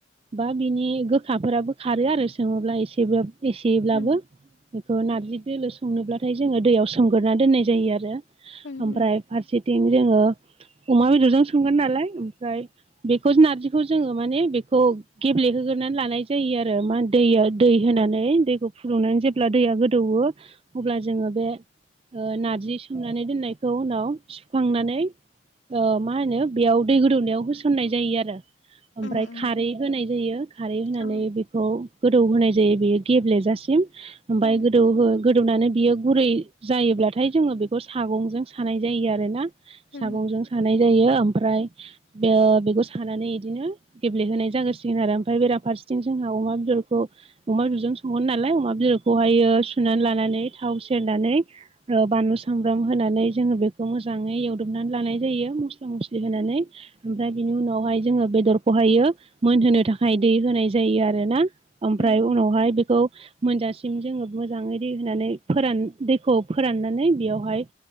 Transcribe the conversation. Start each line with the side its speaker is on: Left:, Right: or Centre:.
Right: बा बिनि गोखाफोराबो खारो आरो सोङोब्ला एसेबो। एसेब्लाबो
Left: उम
Right: बेखौ नार्जि दोलो संनोब्लाथाय जोङो दैयाव सोमगोरोना दोननाय जायो आरो।
Left: उम
Right: ओमफ्राय फारसेथिं जोङो अमा बेदरजों सोमगोन नालाय ओमफ्राय। बेखौ नारजिखौ जोङो माने बेखौ। गेब्लेहोग्रानै लानाय जायो आरो मा दैया दै होनानै दैखौ फुदुंनानै जे ला दैैया गोद अब्ला जोङो बे नारजि सोमनानै दोननायखौ उनाव। होखांनानै मा होनो बेयाव दै गोदौनायाव होसननाय जायो आरो। ओमफ्राय
Left: उम उम
Right: खारै होनाय जायो खारै होनानै
Left: औ
Right: बि खौ गोदौ होनाय जायो बेयो गेब्लेजासिम ओमफ्राय
Left: उम
Right: गोदौ गोदौनानै बियो गुरै जायोब्लाथाय जोङो बेखौ सागंजों सानाय जायो आरोना।
Left: उम
Right: सागंजों सानाय जायो ओमफ्राय बे बेखौ सानानै बिदिनो गे्लेहोनाय जागोरसिगोन आरो ओमफ्राय बेराफारसेथिं जोंहा अमा बेदरखौ अमा बेदरजों संगोन नालाय अमा बेदरखौहायो सुनानै लानानै थाव सेरनानै बानलु सामब्राम होनानै जोङो बेखौ मोजाङै एवदबनानै लानाय जायो मस्ला मस्लि होनानै ओमफ्राय बिनि उनावहाय जोङो बेदरखौहायो मोनहोनो थाखाय दै होनाय जायो आरोना ओमफ्राय
Left: उम
Right: उनावहाय बेखौ मोनजासिम जोङो मोजाङै दै होनानै फोरान दैखौ फोराननानै बेयावहाय